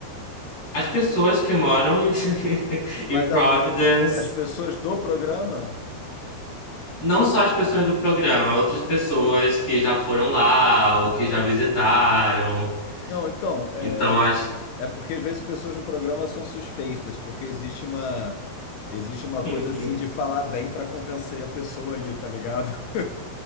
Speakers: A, on the left; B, on the left.
A: As pessoas que moram em, <laughs>
B: Mas
A: em Providence,
B: a- as pessoas do programa?
A: não só as pessoas do programa, outras pessoas que já foram lá
B: Ah.
A: ou que já visitaram.
B: Não, então, é,
A: Então, acho.
B: é porque às vezes pessoas do programa são suspeitas, porque existe uma existe uma coisa
A: <laughs>
B: assim de falar bem para convencer a pessoa aí, tá ligado? <laughs>